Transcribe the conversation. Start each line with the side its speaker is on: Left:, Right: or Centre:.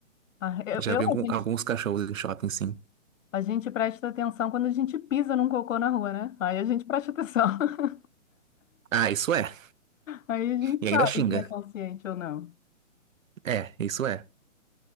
Left: Ah, Eu,
Right: Já
Left: eu-
Right: vi algum-
Left: a gente,
Right: alguns cachorros em shopping, sim.
Left: a gente presta atenção quando a gente pisa num cocô na rua, né? Aí a gente presta atenção. <laughs>
Right: Ah, isso é.
Left: Aí a gente
Right: E
Left: sabe
Right: ainda xinga.
Left: quem é consciente ou não.
Right: É, isso é.